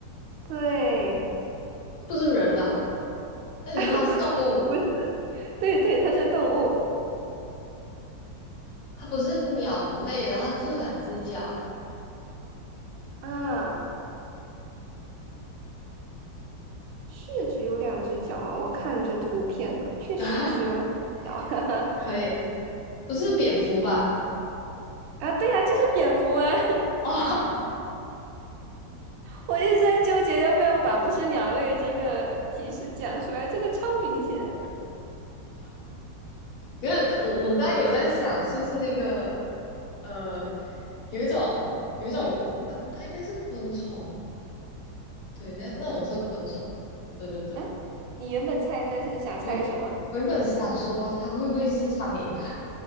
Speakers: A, on the right; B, on the left.
A: 对，
B: 不是人吧？那你说它是动物？
A: <laughs> 不不是，对对，它是动物。
B: 它不是鸟类，然后它只有两只脚，
A: 啊，是只有两只脚啊，我看着图片呢，确实只有两只脚。
B: <laughs>
A: <laughs>
B: 可以，不是蝙蝠吧？
A: 啊，对啊，就是蝙蝠啊。
B: <laughs> 哦，
A: 我一直在纠结要不要把“不是鸟类”这个提示讲出来，这个超明显。
B: 可是我我刚才有在想，是不是那个？呃，有一种有一种，它它应该是昆虫，对，那那种是昆虫，对对对，
A: 哎，你原本猜的是想猜什么？
B: 我我原本想说它会不会是苍蝇，